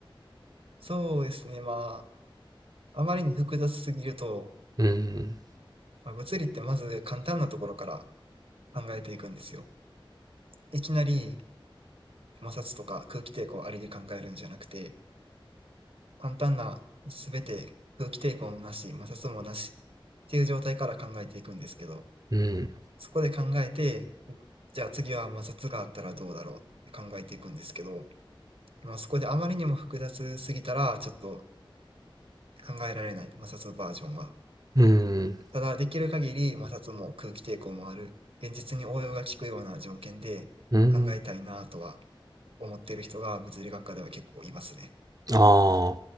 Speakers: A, on the right; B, on the right.
A: そうですね。まあ、あまりに複雑すぎると、
B: うん、
A: まあ物理ってまず簡単なところから考えていくんですよ。いきなり摩擦とか空気抵抗ありで考えるんじゃなくて、簡単な全て空気抵抗もなし、摩擦もなしっていう状態から考えていくんですけど、
B: うん、
A: そこで考えて、じゃあ次は摩擦があったらどうだろうって考えていくんですけど、まあ、そこであまりにも複雑すぎたらちょっと考えられない、摩擦バージョンは。
B: うん、
A: ただできる限り摩擦も空気抵抗もある、現実に応用が効くような条件で考えたいなとは
B: うん。
A: 思っている人が物理学科では結構いますね。
B: ああ。